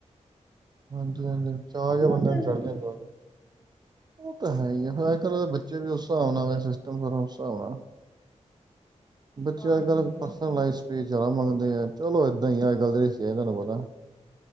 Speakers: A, on the right (about 35°); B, on the left (about 20°).
A: ਹਾਂਜੀ-ਹਾਂਜੀ, ਚਾਹ
B: ਇਹਦੇ
A: ਜਿਯਾ
B: ਨਾਲ
A: ਬੰਦ ਨੂੰ
B: ਹਾਂਜੀ
A: ਚੜ੍ਹ ਜਾਂਦਾਂ ਉਹ ਤਾਂ ਹੈ ਹੀ ਹੈ, ਫਿਰ ਅਜਕੱਲ੍ਹ ਦੇ ਬੱਚੇ ਵੀ ਉਸ ਹਿਸਾਬ ਨਾਲ, ਸਿਸਟਮ ਫੇਰ ਉਸ ਹਿਸਾਬ ਨਾਲ ਬੱਚੇ
B: ਹਾਂਜੀ
A: ਅੱਜ ਕੱਲ ਪਰਸਨਲ ਲਾਈਫ ਸਪੇਸ ਜ਼ਯਾਦਾ ਮੰਗਦੇ ਐ, ਚਲੋ ਏਦਾਂ ਹੀ ਆ ਅੱਜ ਕੱਲ ਦੇ ਕਿਸਤੇਆਂ ਦਾ ਤੁਹਾਨੂੰ ਪਤਾ।